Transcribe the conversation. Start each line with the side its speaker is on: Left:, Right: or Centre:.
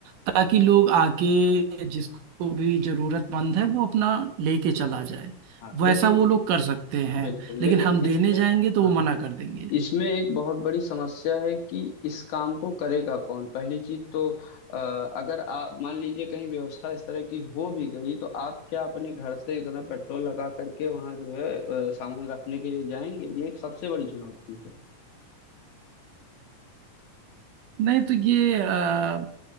Right: ताकि लोग आके जिसको भी जरूरतमंद है वो अपना लेके चला जाए
Left: हाँ लेकिन
Right: वैसा वो लोग कर सकते हैं
Left: बिल्कुल
Right: लेकिन
Left: लेकिन
Right: हम देने
Left: इसमें
Right: जाएंगे तो
Left: हाँ
Right: वो मना कर देंगे
Left: इसमें एक बहुत बड़ी समस्या है कि इस काम को करेगा कौन पहली चीज तो अ, अगर आप मान लीजिए कहीं व्यवस्था इस तरह की हो भी गई तो आप क्या अपने घर से इतना पेट्रोल लगा करके वहां जो है अ, सामान रखने के लिए जाएंगे ये एक सबसे बड़ी चुनौती है
Right: नहीं तो ये अ,